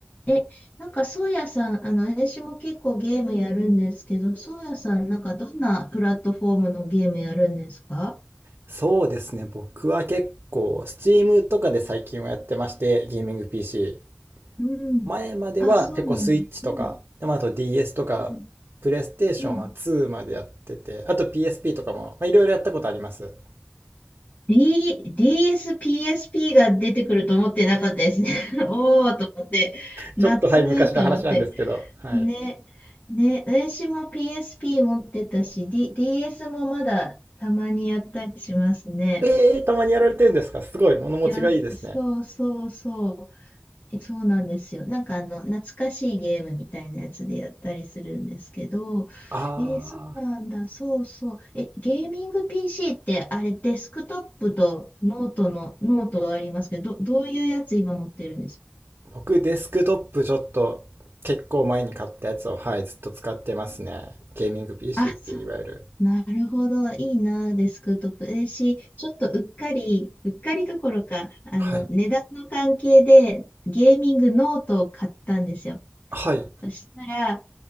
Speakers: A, on the left; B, on the right.
A: え、なんか、そうやさん、あの、私も結構ゲームやるんですけど、そうやさん、なんか、どんなプラットフォームのゲームやるんですか
B: そうですね。僕は結構、Steam とかで最近はやってまして、ゲーミング PC。
A: うん。
B: 前までは結構
A: あ、そうなんだ。
B: Switch とか、
A: うん、
B: でまああと DS とか、
A: うん。
B: PlayStation
A: うん
B: は2までやってて、あと PSP とかも、まあ、いろいろやったことあります。
A: D、DS、PSP が出てくると思ってなかったですね。<laughs> おーと思って、夏と思って。
B: ちょっとはい、昔の話なんですけど、はい。
A: ね、ね、私も PSP 持ってたし、D、DS もまだたまにやったりしますね。
B: えー、たまにやられてるんですかすごい、物持ちがいいですね。
A: いや、そうそうそう。そうなんですよ。なんかあの、懐かしいゲームみたいなやつでやったりするんですけど、
B: あ
A: えーそうなんだ、そうそう。え、ゲーミング PC ってあれデスクトップとノートの、ノートはありますけど、ど、どういうやつ今持ってるんですか
B: ー、僕デスクトップちょっと結構前に買ったやつを、はい、ずっと使ってますね。ゲーミング PC
A: あ、
B: っていういわゆる。
A: そう。なるほど。いいな、デスクトップ。えーし、ちょっとうっかり、うっかりどころか、あの、
B: はい。
A: 値段の関係でゲーミングノートを買ったんですよ。
B: はい。
A: そしたら、